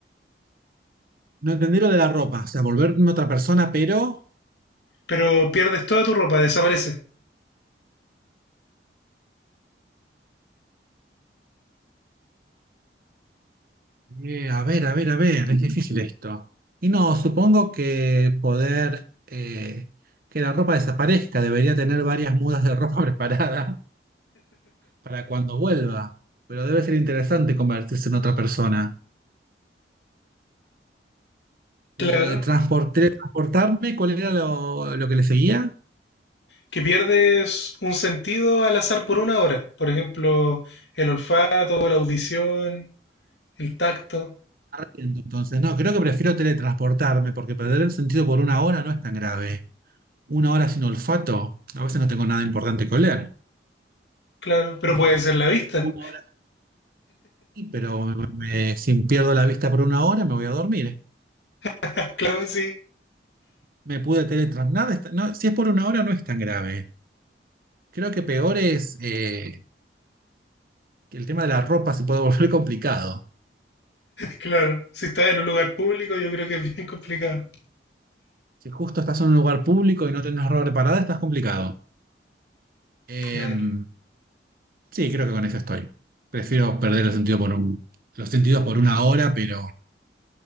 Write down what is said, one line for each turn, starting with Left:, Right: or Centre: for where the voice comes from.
Right: no entendí lo de la ropa, o sea, volverme otra persona, pero
Left: Pero pierdes toda tu ropa, desaparece.
Right: eh, a ver, a ver, a ver, es difícil esto. Y no, supongo que poder eh, que la ropa desaparezca, debería tener varias mudas de ropa <laughs> preparada para cuando vuelva, pero debe ser interesante convertirse en otra persona.
Left: Claro.
Right: Y lo de transpor- teletransportarme, ¿cuál era lo, lo que le seguía?
Left: Que pierdes un sentido al azar por una hora. Por ejemplo, el olfato, la audición, el tacto.
Right: Entonces, no, creo que prefiero teletransportarme porque perder el sentido por una hora no es tan grave. Una hora sin olfato, a veces no tengo nada importante que oler.
Left: Claro. Pero
Right: <laughs>
Left: puede ser la vista.
Right: Una hora sí, pero me- si pierdo la vista por una hora me voy a dormir.
Left: <laughs> Claro, sí.
Right: Me pude teletransportar. Nada no, si es por una hora no es tan grave. Creo que peor es eh, que el tema de la ropa se puede <laughs> volver complicado.
Left: Claro. Si estás en un lugar público, yo creo que es bien complicado.
Right: Si justo estás en un lugar público y no tenés ropa preparada, estás complicado. Em,
Left: Claro.
Right: sí, creo que con eso estoy. Prefiero perder el sentido por un- los sentidos por una hora, pero